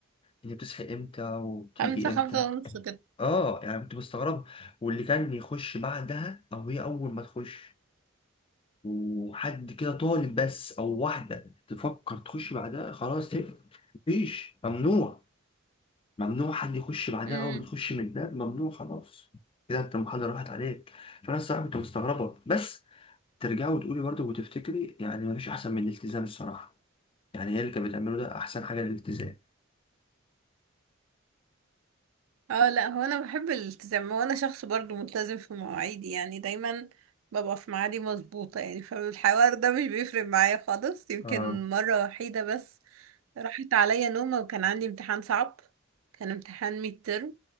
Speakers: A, on the left (about 25°); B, on the right (about 75°).
A: انت بتصحي امتى وبتيجي
B: خمسة
A: امتى
B: خمسة ونص كده
A: اه يعني كنت مستغرب واللي كان يخش بعدها او هي اول ما تخش وحد كده طالب بس او واحدة تفكر تخش بعدها خلاص تقفل. مفيش ممنوع ممنوع حد يخش بعدها
B: امم
A: أول ما تخش من الباب ممنوع خلاص كده أنت المحاضرة راحت عليك فأنا الصراحة كنت مستغربة بس ترجعي وتقولي برضه وتفتكري يعني مفيش أحسن من الالتزام الصراحة يعني هي اللي كانت بتعمله ده أحسن حاجة الالتزام
B: اه لا هو انا بحب الالتزام وانا شخص برضو ملتزم في مواعيدي يعني دايما ببقى في ميعادي مظبوطة يعني فالحوار ده مش بيفرق معايا خالص يمكن
A: آه
B: مرة وحيدة بس راحت عليا نومة وكان عندي امتحان صعب كان امتحان ميد ترم